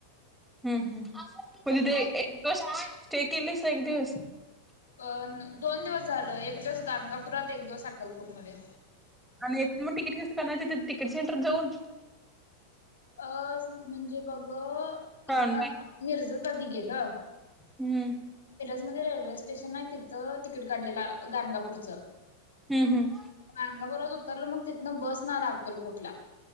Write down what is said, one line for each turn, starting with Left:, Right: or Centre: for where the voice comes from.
Centre: हम्म हम्म. म्हणजे ते एक दो- ते केलीस एक दिवस -
Left: अ दोन दिवस झाल एक दिवस गाणगापुरात एक दिवस अक्कलकोट मध्यें.
Centre: आणि एक मोठी <unintelligible> तिकीट सेंटर जाऊन-
Left: अ म्हणजे बघ-
Centre: काय
Left: इतन
Centre: ऑनलाईन
Left: मिरजेत अधि गेेलतो. ल.
Centre: हम्म.
Left: म रेल्वे स्टेशन आहे तिथं तिकीट काढलेलं गाणगापूरचं
Centre: हम्म हम्म
Left: गानगापुरात होत तरल मग तिथन बस न आला अक्कलकोटला.